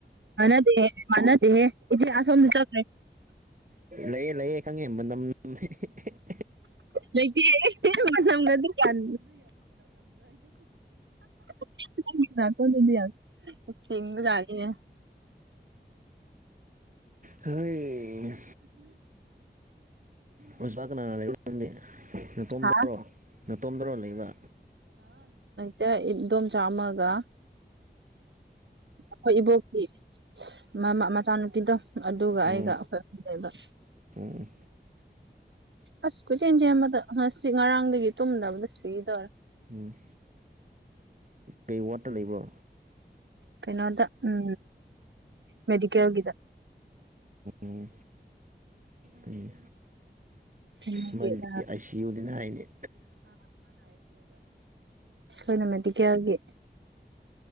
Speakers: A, on the right (about 90°); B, on the right (about 45°).
A: ꯃꯥꯟꯅꯗꯦ ꯃꯥꯟꯅꯗꯦꯍꯦ ꯏꯗꯤ ꯑꯁꯣꯝꯗ ꯆꯠꯈ꯭ꯔꯦ
B: ꯂꯩꯌꯦ ꯂꯩꯌꯦ ꯈꯪꯉꯦ ꯃꯅꯝ <unintelligible>
A: ꯂꯩꯇꯦ ꯃꯅꯝꯒꯗꯤ ꯒ꯭ꯌꯥꯟ <unintelligible> <unintelligible> ꯁꯤꯡꯕ ꯖꯥꯠꯅꯤꯅꯦ
B: ꯍꯩ ꯃꯨꯁꯄꯥ ꯀꯅꯥ ꯀꯅꯥ <unintelligible> ꯅꯇꯣꯝꯗꯔꯣ
A: ꯍꯥ
B: ꯅꯇꯣꯝꯗꯔꯣ ꯂꯩꯕ
A: ꯇꯦ ꯏꯗꯣꯝꯆꯥ ꯑꯃꯒ ꯑꯈꯣꯏ ꯏꯕꯣꯛ ꯀꯤ ꯃꯃꯥ ꯃꯆꯥꯅꯨꯄꯤꯗꯣ ꯑꯗꯨꯒ
B: ꯑꯣ
A: ꯑꯩꯒ ꯑꯈꯣꯏ ꯑꯍꯨꯝ ꯂꯩꯕ
B: ꯑꯣ
A: ꯑꯁ ꯀꯣꯏꯆꯦꯟ ꯆꯦꯟꯕꯗ ꯉꯁꯤ ꯉꯔꯥꯡꯗꯒꯤ ꯇꯨꯝꯗꯕꯗ ꯁꯤꯗꯣꯔꯦ
B: ꯎꯝ ꯀꯩ ꯋꯥꯠꯇ ꯂꯩꯕ꯭ꯔꯣ
A: ꯀꯩꯅꯣꯗ ꯎꯝ ꯃꯦꯗꯤꯀꯦꯜꯒꯤꯗ
B: ꯑꯣ ꯐꯩ
A: <unintelligible>
B: ꯃꯗꯨꯗꯤ ꯑꯥꯏ ꯁꯤ ꯌꯨꯅꯤꯅ ꯍꯥꯏꯅꯦ
A: ꯑꯈꯣꯏꯅ ꯃꯦꯗꯤꯀꯦꯜꯒꯤ